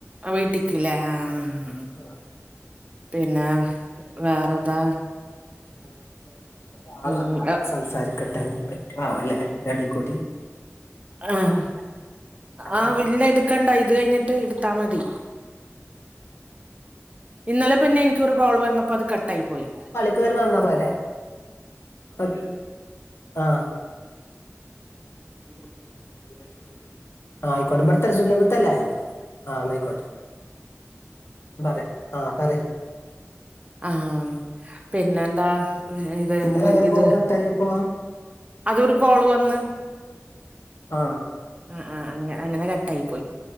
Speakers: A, on the right (about 25°); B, on the left (about 55°).
A: ആ വീട്ടിക്ക് ല്ലേ ആഹ്
B: ആഹ്
A: പിന്നെ വേറെന്താ
B: <unintelligible> ഇബടെ ഒരാള്
A: ഉം
B: വന്ന്ക്കുണ് ട്ടോ ഞാൻ സംസാരിക്കട്ടെ ഇഞ് പറ്റൊ ആവല്ലേ ഇതിന്റെ ഇടയിൽ കൂടി
A: ആഹ്‌
B: ആരാ
A: ആ
B: നോക്കട്ടെ
A: വില്ല എടുക്കണ്ട ഇത് കഴിഞ്ഞിട്ട് ഇട്ടാ മതി ഇന്നലെ പിന്നെ എനിക്കരു കോൾ വന്നപ്പോ അത് കട്ടായി പോയി
B: ത്തൊരു വന്നാ പോലെ പത് ആഹ് ഈ കൊല്ലത്തിണ്ടാവട്ടോ ആഹ് ആയിക്കോട്ടെ ബട്ത്തല്ലേ സുല്യബത്തല്ലേ ആഹ് ന്നായിക്കോട്ടെ പറയാ ആഹ് പറി
A: ആഹ് പിന്നെന്താ ഇത്
B: ഇന്നലെ എങ്ങനെ
A: ഇത്
B: കോള് കട്ടായപ്പോ
A: അതൊരു കോള് വന്ന്
B: ആഹ്
A: ഉം ഉം അങ്ങഅങ്ങനെ കട്ടായി പോയി